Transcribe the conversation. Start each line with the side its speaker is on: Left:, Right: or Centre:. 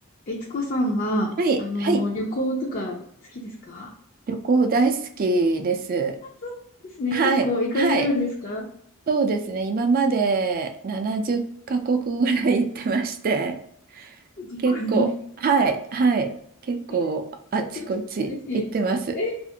Left: いつこさんは、
Right: はい、
Left: あの、
Right: はい。
Left: 旅行とか好きですか
Right: 旅行大好きです。
Left: そうなんですね。
Right: はい、
Left: 結構行かれるんですか
Right: はい。そうですね。今まで70カ国ぐらい行ってまして、
Left: 日本に。
Right: 結構、はい、はい。結構、
Left: えー、ちょっと、
Right: あちこち行ってます。
Left: ぜひ、えー、